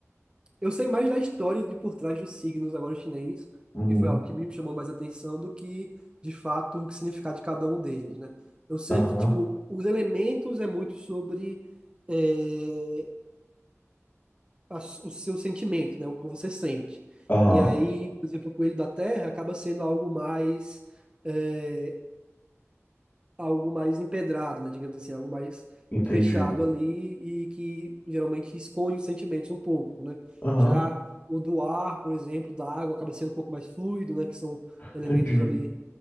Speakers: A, on the right; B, on the left.
A: eu sei mais da história de por trás dos signos agora chinês,
B: Uhum.
A: que foi algo que me chamou mais atenção do que, de fato, o que significado de cada um deles, né? Eu sei
B: Aham.
A: que, tipo, os elementos é muito sobre eh, a s- o seu sentimento, né? O que você sente.
B: Aham.
A: E aí, por exemplo, o coelho da terra acaba sendo algo mais, é, algo mais empedrado, né? Digamos assim, algo mais
B: Entendido.
A: fechado ali e que geralmente esconde os sentimentos um pouco, né?
B: Aham.
A: Já o do ar, por exemplo, da água acaba sendo um pouco mais fluido, né? Que são elementos
B: Entendi.
A: ali